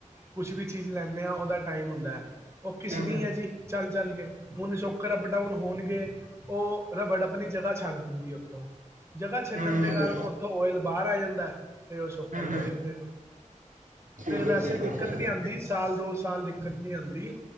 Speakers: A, on the right; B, on the right.
A: ਕੁਛ ਵੀ ਚੀਜ਼ ਲੈਂਦੇ ਹਾਂ ਉਹਦਾ ਟਾਈਮ ਹੁੰਦਾ ਉਹ ਘਿਸਨੀ
B: ਹੂੰ-ਹੂੰ,
A: ਹੈ ਜੀ ਚੱਲ-ਚੱਲ ਕੇ ਹੁਨ ਸ਼ੋਕਰ ਅਪਡਾਊਨ ਹੋਣਗੇ ਉਹ ਰਬੜ ਆਪਣੀ ਜਗ੍ਹਾ ਛੱਡ ਦਿੰਦੀ ਉੱਥੋਂ ਜਗ੍ਹਾ ਛੱਡਣ
B: ਹੂੰ-ਹੂੰ,
A: ਦੇ ਕਾਰਨ ਉੱਥੋਂ ਓਇਲ ਬਾਹਰ ਆ ਜਾਂਦਾ ਹੈ ਤੇ' ਉਹ ਸ਼ੋਕਰ
B: ਹੂੰ-ਹੂੰ
A: ਬਹਿ ਜਾਂਦੇ ਨੇ
B: ਠੀਕ
A: ਤੇ ਵੈਸੇ
B: ਹੈ, ਠੀਕ
A: ਦਿੱਕਤ
B: ਹੈ, ਠੀਕ
A: ਨੀ
B: ਹੈ
A: ਆਉਂਦੀ ਸਾਲ ਦੋ ਸਾਲ ਦਿੱਕਤ ਨੀ ਆਉਂਦੀ